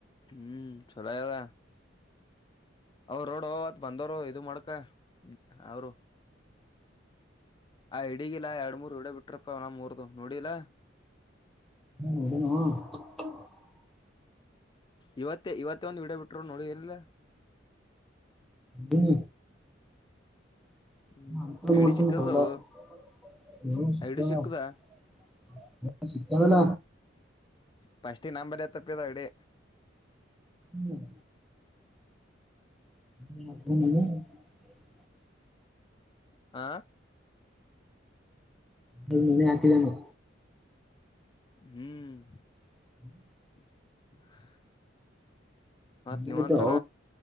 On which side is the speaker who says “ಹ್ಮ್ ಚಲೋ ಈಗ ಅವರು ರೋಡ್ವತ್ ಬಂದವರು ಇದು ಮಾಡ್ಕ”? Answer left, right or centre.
Left